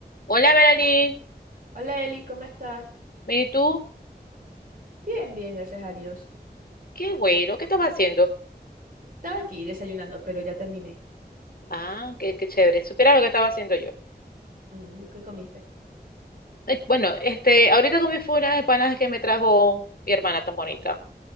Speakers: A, on the left; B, on the right.
A: Hola, Melanie.
B: Hola Eli, ¿cómo estás?
A: ¿Y tú?
B: Bien, bien, gracias a Dios.
A: Qué güero, ¿qué estabas haciendo?
B: Estaba aquí desayunando, pero ya terminé.
A: Ah, qué, qué chévere. Supieras lo que estaba haciendo yo.
B: Uh, ¿qué comiste?
A: Eh, Bueno, este, ahorita comí fue una empanadas que me trajo mi hermana tan bonita.